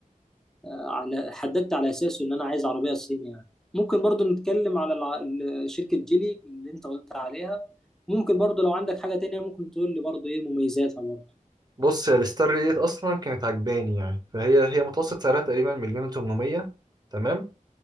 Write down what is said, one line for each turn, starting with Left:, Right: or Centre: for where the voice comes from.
Centre: آه، على حددت على اساسه ان انا عايز عربيه صيني يعني ممكن برضو نتكلم على الع... ال- شركه جيلي اللي انت قلت عليها ممكن برضو لو عندك حاجه تانية ممكن تقول لي برضو ايه مميزاتها برضو
Right: بص يا الستار ريح ديت اصلا كانت عجباني يعني فهي هي متوسط سعرها تقريبا مليون و800 تمام